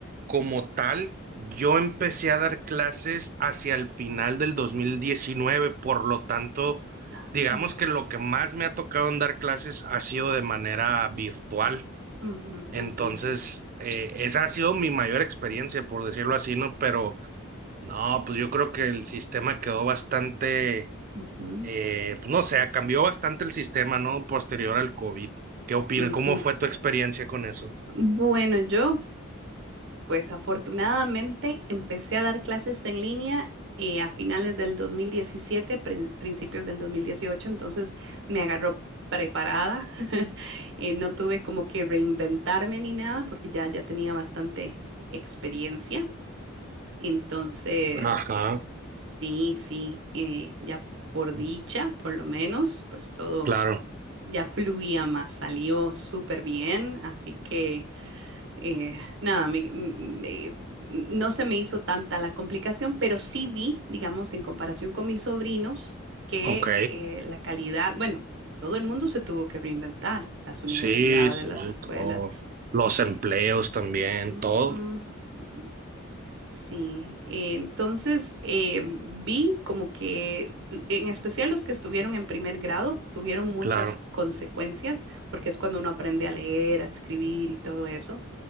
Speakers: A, on the right; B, on the right.
A: como tal, yo empecé a dar clases hacia el final del 2019, por lo tanto,
B: Ah,
A: digamos que lo que más me ha tocado en dar clases ha sido de manera virtual.
B: ujú,
A: Entonces,
B: entiendo.
A: eh, esa ha sido mi mayor experiencia, por decirlo así, ¿no? Pero no, pues yo creo que el sistema quedó bastante
B: Ujú,
A: eh, pues no sé, cambió bastante el sistema, ¿no? Posterior al COVID. ¿Qué opinas?
B: ujú.
A: ¿Cómo fue tu experiencia con eso?
B: Bueno, yo Pues afortunadamente empecé a dar clases en línea eh, a finales del 2017, prin- principios del 2018, entonces me agarró preparada. <laughs> Eh, no tuve como que reinventarme ni nada porque ya, ya tenía bastante experiencia. Entonces,
A: Ajá,
B: sí, sí, eh, ya por dicha, por lo menos, pues todo
A: claro.
B: ya fluía más, salió súper bien, así que eh, nada, me- me- no se me hizo tanta la complicación, pero sí vi, digamos, en comparación con mis sobrinos, que
A: Ok.
B: eh, la calidad, bueno, todo el mundo se tuvo que reinventar, las universidades,
A: Sí, sí,
B: las escuelas.
A: todo. Los
B: eh,
A: empleos también,
B: mm,
A: todo.
B: mm, ujú. Sí, eh, entonces eh, vi como que, l- en especial los que estuvieron en primer grado, tuvieron muchas
A: Claro.
B: consecuencias, porque es cuando uno aprende a leer, a escribir y todo eso.